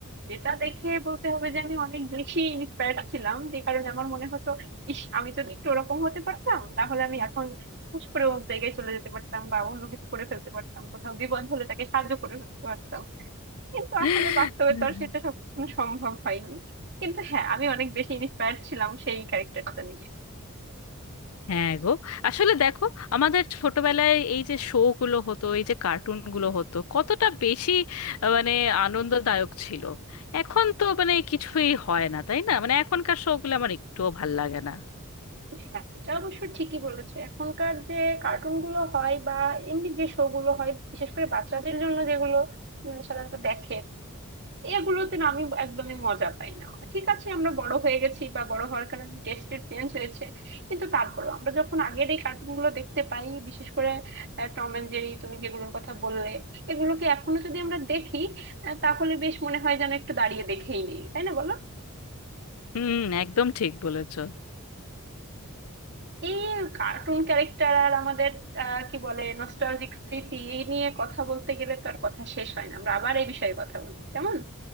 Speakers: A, on the right (about 50°); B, on the left (about 75°).
A: যেটা দেখে বলতে হবে যে আমি অনেক বেশি ইন্সপায়ার্ড ছিলাম যে কারণে আমার মনে হতো ইস আমি যদি একটু ওরকম হতে পারতাম তাহলে আমি এখন হুশ করে অন্য জায়গায় চলে যেতে পারতাম বা অন্য কিছু করে ফেলতে পারতাম কোথাও বিপদ হলে তাকে সাহায্য করে ফেলতে পারতাম কিন্তু
B: <laughs>
A: আসলে বাস্তবে তো আর সেটা সবসময় সম্ভব হয়নি কিন্তু হ্যাঁ আমি অনেক বেশি ইন্সপায়ার্ড ছিলাম সেই ক্যারেক্টারটা নিয়ে
B: হ্যাঁ গো আসলে দেখো আমাদের ছোটবেলায় এই যে শো গুলো হতো এই যে কার্টুন গুলো হতো কতটা বেশি আহ, মানে আনন্দদায়ক ছিল এখন তো মানে কিছুই হয় না তাই না মানে এখনকার শো গুলো আমার একটুও ভাল লাগে না
A: হ্যাঁ এটা অবশ্য ঠিকই বলেছো এখনকার যে কার্টুন গুলো হয় বা এমনি যে শো গুলো হয় বিশেষ করে বাচ্চাদের জন্য যেগুলো উম, সাধারণত দেখে এগুলোতে না আমি একদমই মজা পাই না ঠিক আছে আমরা বড় হয়ে গেছি বা বড় হওয়ার কারণে টেস্টের চেঞ্জ হয়েছে কিন্তু তারপরেও আমরা যখন আগের এই কার্টুন গুলো দেখতে পাই বিশেষ করে টম এন্ড জেরি তুমি যেগুলোর কথা বললে এগুলোকে এখনো যদি আমরা দেখি আহ, তাহলে বেশ মনে হয় যেন একটু দাঁড়িয়ে দেখেই নেই তাই না বলো
B: হুম একদম ঠিক বলেছো
A: এই কার্টুন ক্যারেক্টার আর আমাদের আহ, কি বলে নস্টালজিক স্মৃতি এই নিয়ে কথা বলতে গেলে তো আর কথা শেষ হয় না আমরা আবার এই বিষয়ে কথা বলি কেমন